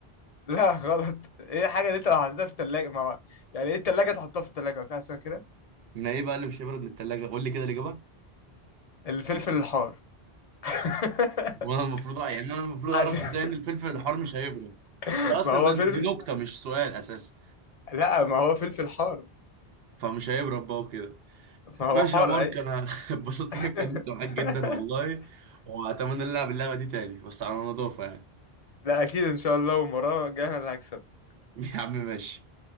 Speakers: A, on the left; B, on the right.
A: لا غلط ايه الحاجة اللي انت لو حطيتها في التلاجة ما هو يعني ايه التلاجة تحطها في التلاجة ما في احسن كده
B: ما ايه بقى اللي مش هيبرد من التلاجة قول لي كده الإجابة
A: الفلفل الحار <laughs>
B: وانا المفروض يعني انا المفروض
A: عشان
B: اعرف ازاي ان الفلفل الحار مش هيبرد
A: <laughs>
B: دي اصلا
A: ما هو
B: ده دي
A: فلفل
B: نكته مش سؤال اساسا
A: لا ما هو فلفل حار
B: فمش هيبرد بقى وكده
A: ما
B: ماشي
A: هو حار
B: يا مارك
A: اي
B: انا <laughs> اتبسطت
A: <laughs>
B: اني اتكلمت معاك جدا والله واتمنى نلعب اللعبه دي تاني بس على نظافه يعني
A: لا اكيد ان شاء الله ومرة جاي انا اللي هكسب
B: <laughs> يا عم ماشي